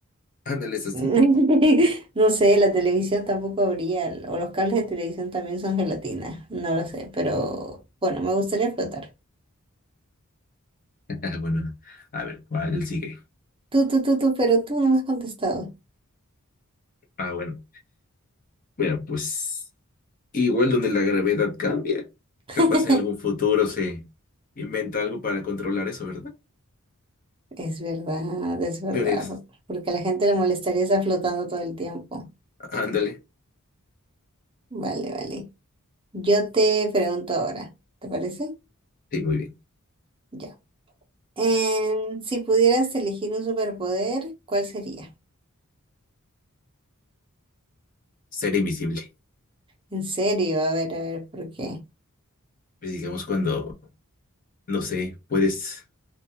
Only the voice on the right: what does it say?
<laughs> No sé, la televisión tampoco habría, o los cables de televisión también son gelatina, no lo sé, pero bueno, me gustaría flotar.
Tú, tú, tú, tú, pero tú no me has contestado.
<laughs>
Es verdad, es verdad,
por- porque a la gente le molestaría estar flotando todo el tiempo.
Vale, vale. Yo te pregunto ahora, ¿te parece?
Ya. Em, si pudieras elegir un superpoder, ¿cuál sería?
En serio, a ver, a ver, ¿por qué?